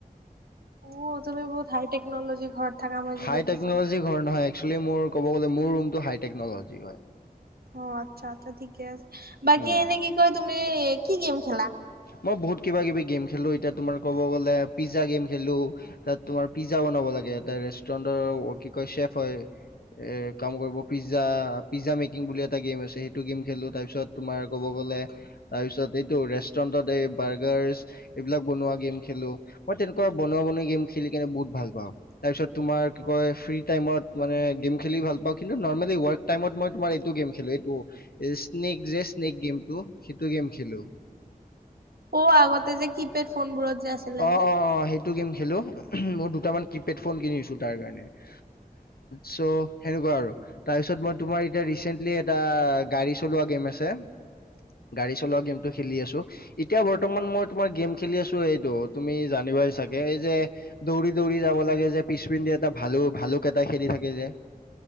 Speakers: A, on the right; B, on the left.
A: অ তুমি বহুত হাইটেকনলজিৰ ঘৰত থাকা মই যি
B: হাই
A: দেখিছো।
B: টেকনলজি ঘৰ নহয় একচলী মোৰ কব গ'লে মোৰ ৰুমটো হাই টেকনলজি হয়।
A: অ আচ্ছা আচ্ছা ঠিকে আছে, বাকী
B: উম
A: এনে কি কয় তুমি কি গেম খেলা।
B: মই বহুত কিবা কিবি গেম খেলো এতিয়া তোমাৰ ক'ব গ'লে পিজ্জা গেম খেলো। তাত তোমাৰ পিজ্জা বনাব লাগে ত ৰেষ্টুৰেণ্টৰ কি কয় চ্বেফ হয়। এ কাম কৰিব পিজ্জা পিজ্জা মেকিং বুলি এটা গেম আছে সেইটো গেম খেলো তাৰ পিছত। তোমাৰ ক'ব গ'লে তাৰ পিছত এইটো ৰেষ্টুৰেন্টত এই বাৰ্গাৰছ। এইবিলাক বনোৱা গেম খেলো মই তেনেকুৱা বনোৱা বনোৱি গেম খেলি কেনে বহুত ভাল পাওঁ। তাৰপিছত তোমাৰ কি কয় ফ্ৰী টাইমত মানে গেম খেলি ভাল পাওঁ কিন্তু নৰ্মেলি ৱৰ্ক। টাইমত মই তোমাৰ এইটো গেম খেলো এইটো স্নেক যে স্নেক গেমটো সেইটো গেম খেলো।
A: অ আগতে যে কি। কিপেড ফোনবোৰত। যে আছিলে
B: অৱ অৱ
A: যে
B: অৱ সেইটো গেম খেলো মোৰ দুটামান কিপেড ফোন কিনিছো। টাৰ কাৰণে চ'। সেনেকুৱা আৰু তাৰপিছত মই তোমাৰ এতিয়া ৰিচেন্টলি এটা গাড়ী চলোৱা গেম আছে। গাড়ী চলোৱা গেমটো খেলি আছো এতিয়া বৰ্তমান মই তোমাৰ গেম খেলি আছো এইটো তুমি জানিবাই চাগে এই যে দৌৰি দৌৰি যাব লাগে যে পিছপিনন্ধি এটা ভাল ভালুক এটা খেলি থাকে যে।